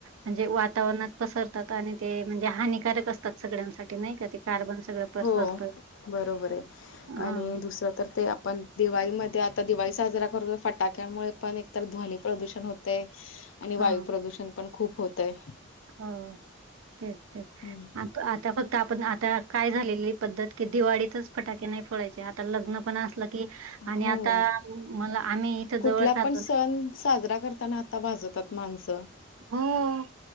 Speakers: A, on the right (about 85°); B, on the left (about 70°).
A: म्हणजे वातावरणात पसरतात आणि ते म्हणजे हानिकारक असतात सगळ्यांसाठी नाही का ते. कार्बन सगळं पसरतं.
B: हो बरोबर आहे
A: हां,
B: आणि दुसरं तर ते आपण दिवाळीमध्ये आता दिवाळी साजरा करतो फटाक्यांमुळे पण एकतर ध्वनी प्रदूषण होतय. आणि
A: हां.
B: वायू प्रदूषण पण खूप होतय.
A: हो तेच तेच.
B: हम्म.
A: आ आता फक्त आपण आता काय झालेली पद्धत कि दिवाळीतच फटाके नाही फोडायचे, आता लग्न पण असलं कि आणि
B: हो
A: आता मला आम्ही इथ जवळच
B: कुठला
A: राहतो.
B: पण सण साजरा करताना आता भाजवतात माणसं.
A: हो.